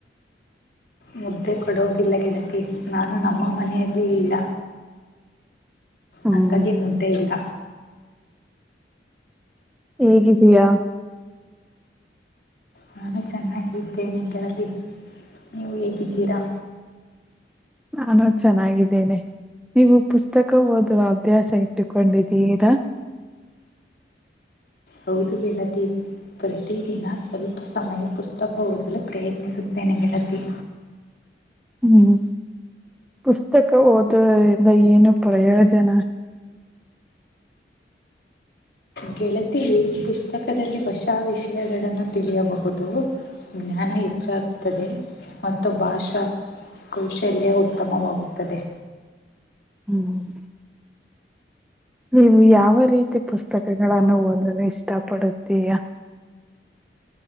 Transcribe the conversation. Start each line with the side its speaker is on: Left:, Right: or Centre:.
Left: ಮುದ್ದೆ ಕೊಡೊದಿಲ್ಲ ಗೆಳತಿ ನಾನು ನಮ್ಮ ಮನೆಯಲ್ಲಿ ಇಲ್ಲ.
Centre: ಹ್ಮ್
Left: ಹಂಗಾಗಿ ಮುದ್ದೆ ಇಲ್ಲ.
Centre: ಹೇಗಿದಿಯಾ.
Left: ನಾನು ಚೆನ್ನಾಗಿದ್ದೆನೆ ಗೆಳತಿ ನೀವು ಹೇಗಿದ್ದೀರಾ.
Centre: ನಾನು ಚೆನ್ನಾಗಿದ್ದೇನೆ. ನೀವು ಪುಸ್ತಕ ಓದುವ ಅಭ್ಯಾಸ ಇಟ್ಟುಕೊಂಡಿದ್ದೀರಾ.
Left: ಹೌದು ಗೆಳತಿ ಪ್ರತಿದಿನ ಸ್ವಲ್ಪ ಸಮಯ ಪುಸ್ತಕ ಓದಲು ಪ್ರಯತ್ನಿಸುತ್ತೇನೆ. ಎನ್ ಗೆಳತಿ.
Centre: ಹ್ಮ್ ಪುಸ್ತಕ ಓದುವರಿಂದ ಏನು ಪ್ರಯೋಜನ.
Left: ಗೆಳತಿ ಪುಸ್ತಕದಲ್ಲಿ ವಶಾ ವಿಷಯಗಳನ್ನು ತಿಳಿಯಬಹುದು. ಜ್ಞಾನ ಹೆಚ್ಚಗು. ತ್ತದೆ ಮತ್ತು ಭಾಷಾ ಕೌಶಲ್ಯ ಉತ್ತಮವಾಗುತ್ತದೆ.
Centre: ಹ್ಮ್. ನೀವು ಯಾವ ರೀತಿ ಪುಸ್ತಕಗಳನ್ನು ಓದಲು ಇಷ್ಟಪಡುತ್ತೀಯಾ.